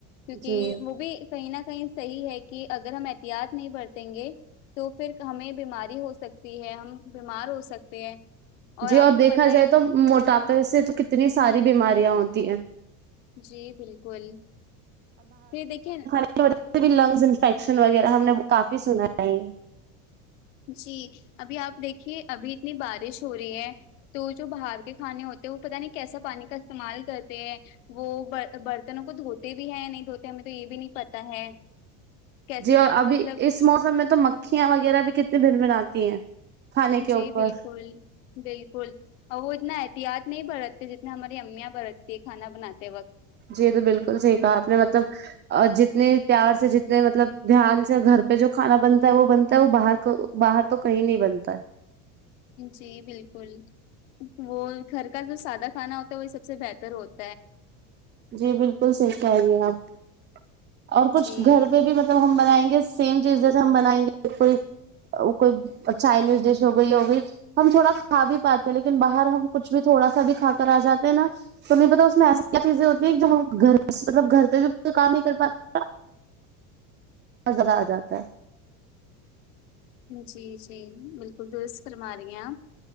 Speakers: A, on the left; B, on the right.
A: کیونکہ
B: جی
A: وہ بھی کہیں نہ کہیں صحیح ہے کہ اگر ہم احتیاط نہیں برتیں گے تو پھر ہمیں بیماری ہو سکتی ہے ہم بیمار ہو سکتے ہیں
B: جی
A: آپ
B: اور
A: کو
B: دیکھا
A: پت ہے
B: جائے
A: کہ
B: تو موٹاپے سے تو کتنی ساری بیماریاں ہوتی ہیں
A: جی بالکل پھر دیکھیے
B: اس سے بھی لنگس انفیکشن وغیرہ ہم نے کافی سنا ہے یہ
A: جی کبھی آپ دیکھیے ابھی اتنی بارش ہو رہی ہے تو جو باہر کے کھانے ہوتے ہیں وہ پتہ نہیں کیسا پانی کا استعمال کرتے ہیں وہ برتنوں کو دھوتے بھی ہے نہیں دھوتے ہے ہمیں یہ بھی نہیں پتہ ہے کیسے
B: جی
A: بھی
B: اور ابھی
A: مطلب
B: اس موسم میں تو مکھ مکھیاں وغیرہ بھی کتنے بھن بھناتی ہیں کھانے کے
A: جی
B: اوپر
A: بالکل بالکل اور وہ اتنا احتیاط نہیں برتتے جتتے ہماری امیاں برتتی ہے کھانا بناتے وقت
B: جی یہ تو بالکل صحیح کہا آپ نے مطلب اور جتنے پیار سے جتنے مطلب دھیان سے گھر پہ جو کھانا بنتا ہے وہ بنتا ہے وہ باہر کا باہر تو کہیں نہیں بنتا ہے
A: جی بالکل وہ گھر کا جو سادہ کھانا ہوتا ہے وہی سب سے بہتر ہوتا ہے
B: جی بالکل صحیح کہہ رہی آپ اور کچھ
A: جی
B: گھر پہ بھی جب ہم بنائیں گے سیم چیز جیے ہم بنائیں گے کوئی وہ کوئی چائنیس دیش ہو گئی ہو گئی ہم تھوڑا کھا بھی پاتے ہیں لیکن باہر ہم کچھ بھی تھوڑا سا بھی کھا کر آ جاتے ہیں نا تمہیں پتہ اس میں ایسی کیا چیزیں گھر مطلب گھر پہ بھی کوئی کام نہیں کر پاتا مزا آجاتا ہے
A: جی جی بالکل درست فرما رہی ہیں آپ